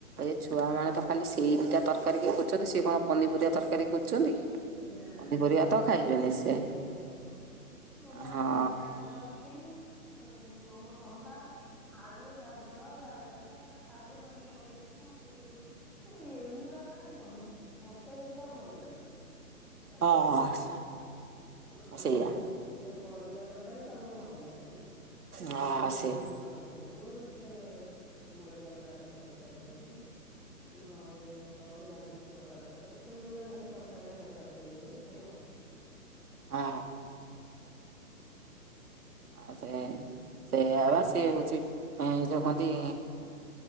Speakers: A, on the right (about 70°); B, in the centre.
A: ଏ ଛୁଆ ମାନେ ତ ଖାଲି ସେଇମିତିଆ ତର କାରୀ କୁ ଖୋଜୁଛନ୍ତି ସିଏ କଣ ପନିପରିବା ତରକାରୀ ଖୋଜୁଛନ୍ତି କି।
B: ନା
A: ପନିପରିବା
B: ଛୁଆ
A: ତ ଖାଇବେନି
B: ମାନେ ଖାଲି
A: ସେ
B: ସେଇ ତରକାରୀ। ମୁଁ ବା
A: ହଁ
B: ଆଜି ସେଇ ଡାଲମା କରିଥିଲି। ଉ ଆମର ତ ହେଲା ଆଳୁ ଗାଜର ବାଇଗଣ ସାରୁ ଭାର ପକେଇଛି ଏଇଗୁରା କାଇଁ କଲୁ ମତେ ଏଇଗୁଡା ଭଲ ଲାଗୁନି। ତାଙ୍କୁ
A: ହଁ
B: ସେହି ହ
A: ସେଇଆ
B: ସେଇ ପରିବା ତରକାରୀ ତାଙ୍କୁ ଭଲ ଲାଗିବନି। ତାହେଲେ
A: ହଁ
B: ସୋୟାଵିନ୍
A: ସେ
B: କରିଦବୁ ସେ ନଡିଆ ବରା ତରକାରୀ କରିଦବୁ ନହେଲେ ଅଲଗା କିଛି ପ୍ରକାର ତ ସେଇଭଳିଆ ଖାଲି କଷାଳିଆ ତାକୁ ତରକାରୀ କରିବୁ ସେ ଭଲ <inaudible>
A: ହଁ।
B: <inaudible>
A: ଆ ସେ ସେ ଆ ସିଏ ହଉଛି ଏ ଯୋଉ କନ୍ତି